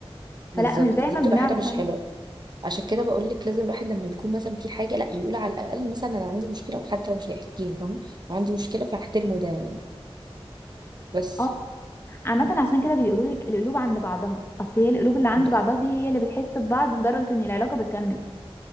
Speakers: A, on the right (about 45°); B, on the left (about 25°).
A: بالظبط
B: فلا مش دايما
A: دي بتبقى
B: بنعرف
A: حاجة مش
B: نعمل
A: حلوة عشان كده بقول لك لازم الواحد لما يكون مثلا في حاجة لا يقول على الأقل مثلا أنا عندي مشكلة وحتى لو مش هيحكيها فاهمة أنا عندي مشكلة فاحترمه ده يعني بس
B: اه عامه عشان كده بيقولوا لك القلوب عند بعضها اصل هي القلوب اللي عند
A: ب-
B: بعضها دي هي اللي بتحس ببعض لدرجه ان العلاقه بتكمل